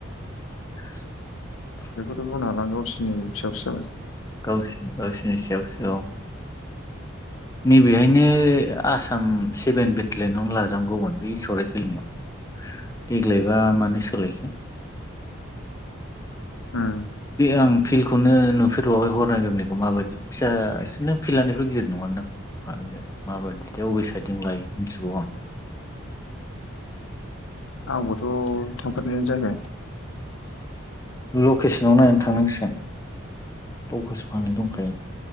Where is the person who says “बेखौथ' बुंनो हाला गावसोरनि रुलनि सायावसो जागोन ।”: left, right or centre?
Left